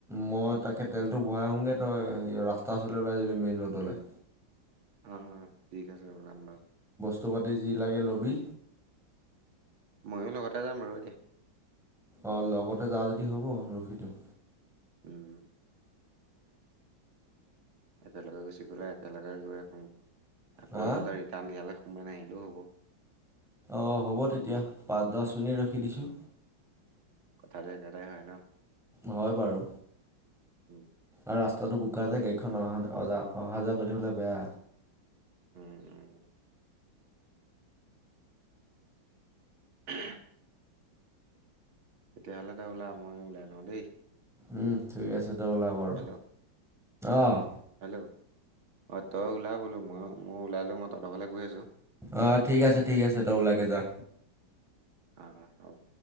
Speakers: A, in the centre; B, on the right.
A: মই তাকে তেলটো ভৰাই আহোগৈ, তই ৰাস্তাৰ ওচৰলৈ ওলাই যাবি মেইন ৰো'ডলৈ।
B: অ অ, 'ঠিক আছে অৰন্য
A: চ'বতে যি লাগে ল'বি
B: ময়ো লগতে যাম ৰৈ দে।
A: অ', গতে যাৱ যদি হ'ব ৰখি দওঁ।
B: উম একেলগে গুচি গ'লে একেলগে গৈ আহো আকৌ
A: হা
B: এবাৰ তই ৰিটাৰ্ণ ইয়ালে মই নাহিলেও হ'ব।
A: অ', হ'ব তেতিয়া পাঁচ দহ মিনিট ৰখি দিছোঁ।
B: কথাটো একেটাই হয় ন
A: হয় বাৰু
B: উ,
A: আৰু ৰাস্তাটো বোকা যে গাড়ীখন অহা যে অ যা অহা যোৱা কৰিবলৈ বেয়া।
B: উম, উম, <inaudible> তেতিয়াহ'লে তই ওলা মই ওলাই লওঁ দেই
A: উম, ঠিক আছে তই ওলা বাৰু
B: হেল্ল'
A: অ',
B: হেল্ল' অ তই ওলাই বোলো মই মই ওলাই লৈ মই তহঁতৰ ফালে গৈ আছো
A: অহ ঠিক আছে ঠিক আছে তই ওলাগে যা
B: অহ হয়